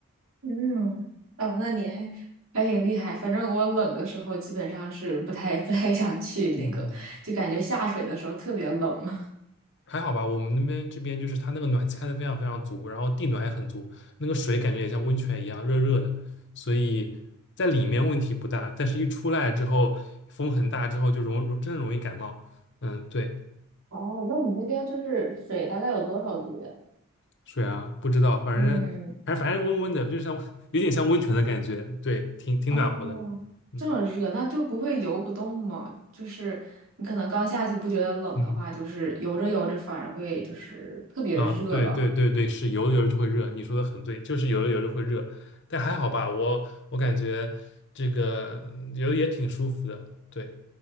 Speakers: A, on the right; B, on the left.
A: 嗯，哦，那你还还挺厉害。反正我冷的时候基本上是不太 <laughs> 不太想去那个，
B: 嗯嗯，
A: 就感觉下水的时候特别冷。<laughs>
B: 还好吧，我们那边这边就是它那个暖气开的非常非常足，然后地暖也很足，那个水感觉也像温泉一样热热的，所以在里面问题不大，但是一出来之后风很大之后就容容真的容易感冒。嗯，对，
A: 哦，那你那边就是水大概有多少度呀？
B: 水啊，不知道，反正
A: 嗯，
B: 反正反正温温的，就像 <laughs> 有点像温泉的感觉，对，挺挺暖和的。
A: 哦，
B: 嗯
A: 这么热，那就不会游不动嘛？就是你可能刚下去不觉得冷的话，
B: 嗯。
A: 就是游着游着反而会就是特别热吧。
B: 啊，对对对对，是游着游着就会热，你说的很对，就是游着游着会热，但还好吧，我我感觉这个游得也挺舒服的，对。